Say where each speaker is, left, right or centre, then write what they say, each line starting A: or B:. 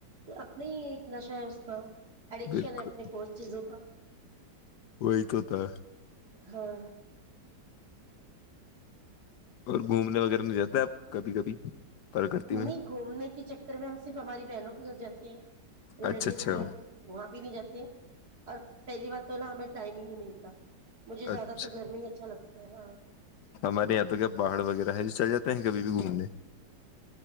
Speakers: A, on the right; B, on the left.
A: اپنے ہی ایک نشہ ہاں اڈکشن
B: بالکل
A: ہے اپنے کوت چیزوں کا
B: وہی تو ہوتا ہے
A: ہاں
B: اور گھومنے وغیرہ نہیں رہتاپ کبھی کبھی پرکرتی
A: نہیں
B: میں
A: گھومنے کے چکر میں ہم صرف ہماری بہنوں کے گھر جاتے ہیں ریلیٹیو
B: اچھا اچھا
A: کے گھر تو وہاں بھی نہیں جاتے ہیں اور پہلی بار تو ن ہمیں ٹائم ہی نہیں ملتا مجھے زیادہر
B: اچھا
A: گھر میں ہی اچھا لگتا یہاں
B: ہمارے یہاں تو کیا پہاڑ وغیرہ ہے جو چل جاتے ہیں کبھی بھی گھومنے